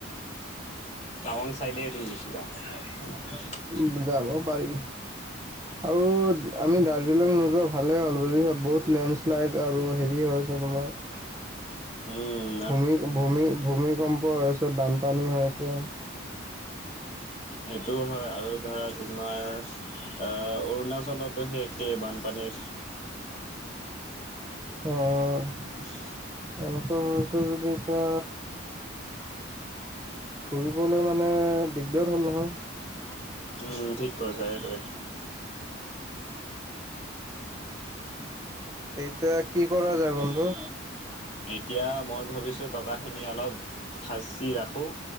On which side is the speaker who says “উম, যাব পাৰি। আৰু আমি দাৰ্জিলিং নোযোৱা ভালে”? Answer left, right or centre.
Right